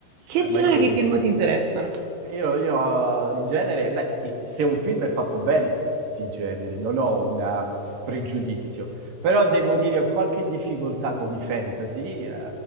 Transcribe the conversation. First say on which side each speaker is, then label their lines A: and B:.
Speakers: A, on the right; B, on the right.
A: che
B: Eh,
A: genere
B: ma io sono
A: di
B: difficile.
A: film ti interessano?
B: Io, io eh, in genere, beh, i- se un film è fatto bene, tutti i generi, non ho un pregiudizio, però devo dire ho qualche difficoltà con i fantasy eh,